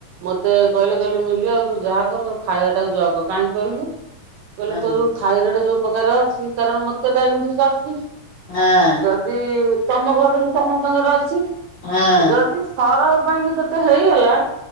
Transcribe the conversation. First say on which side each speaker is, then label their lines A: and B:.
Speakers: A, on the right; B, on the left.
A: ମତେ କହିଲେ କହିଲେ ମିଲି ଆଉ ତୁ ଯାହା କର ତୋ ଖାଇବା ଟାକୁ ଯହା କାହିଁକି କହିଲୁ। କହିଲେ
B: ହଁ।
A: କହିବ ଥାଇରଏଡ ଯୋଉ ପ୍ରକାର ଅଛି କାରଣ ମତେ ଡାଇବେଟିସ ଅଛି।
B: ନାଁ।
A: ଯଦି ତମ ଘରକୁ ସମସ୍ତଙ୍କର ଅଛି
B: ହଁ
A: ଯଦି ଥର କ ପାଇଁ କି ତୋତେ ହେଇଗଲା